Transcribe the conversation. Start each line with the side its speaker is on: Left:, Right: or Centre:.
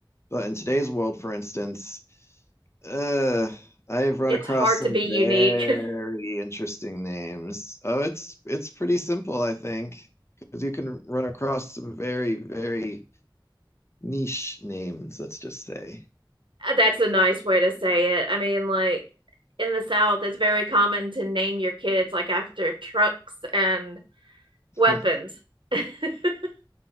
Left: But in today's world, for instance, uh I have run
Right: it's
Left: across
Right: hard
Left: some
Right: to be unique.
Left: very
Right: <laughs>
Left: interesting names. Oh, it's it's pretty simple, I think, because you can run across some very, very niche names, let's just say,
Right: Uh, That's a nice way to say it. I mean, like in the South, it's very common to name your kids like after trucks and weapons.
Left: <laughs>
Right: <laughs>